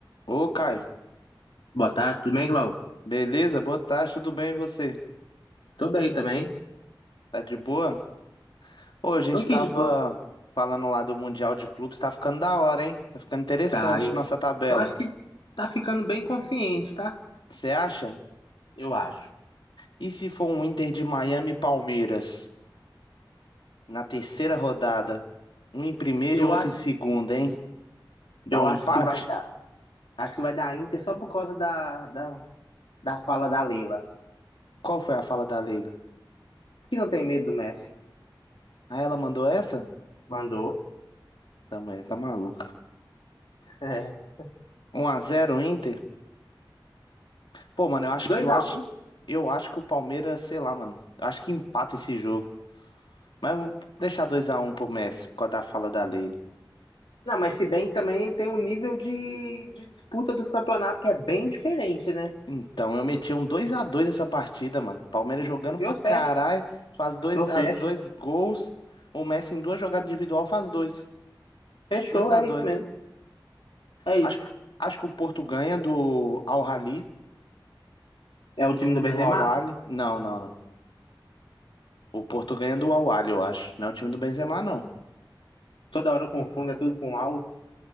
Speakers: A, on the left; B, on the left.
A: Ô, Caio,
B: Boa tarde, tudo bem, Glau?
A: beleza? Boa tarde, tudo bem e você?
B: Tô bem também.
A: Tá de boa? Ô, a gente
B: Tô aqui
A: tava
B: de boa.
A: falando lá do Mundial de Clubes, tá ficando da hora, hein? Tá ficando interessante
B: Tá, eu,
A: nossa tabela.
B: eu acho que tá ficando bem consciente, tá?
A: Você acha?
B: Eu acho.
A: E se for um Inter de Miami e Palmeiras na terceira rodada? Um em primeiro
B: Eu
A: e outro
B: acho,
A: em segundo, hein? Dá
B: eu
A: um
B: acho
A: empate?
B: que vai dar. Acho que vai dar Inter só por causa da, da, da fala da Leila.
A: Qual foi a fala da Leila?
B: Que não tem medo do Messi.
A: Ah, ela mandou essa?
B: Mandou.
A: Tá, mulher, tá maluca.
B: É.
A: Um a zero Inter? Pô, mano, eu acho
B: 2x1.
A: que eu acho, eu acho que o Palmeiras, sei lá, mano. Eu acho que empata esse jogo. Mas vamos deixar 2x1 pro Messi, por causa da fala da Leila.
B: Não, mas se bem que também tem um nível de, de disputa dos campeonatos que é bem diferente, né?
A: Então, eu meti um dois a dois essa partida, mano. Palmeiras jogando
B: Eu
A: pra caralho,
B: fecho.
A: faz dois,
B: Eu fecho.
A: a- dois gols. O Messi em duas jogadas individual faz dois.
B: Fechou,
A: dois a
B: é
A: dois.
B: isso mesmo. É isso.
A: Acho, acho que o Porto ganha do Al Ahly,
B: É o time do Benzema?
A: do Al Ahly. Não, não, não. O Porto ganha do Al Ahly, eu acho. Não é o time do Benzema, não.
B: Toda hora eu confundo, é tudo com algo.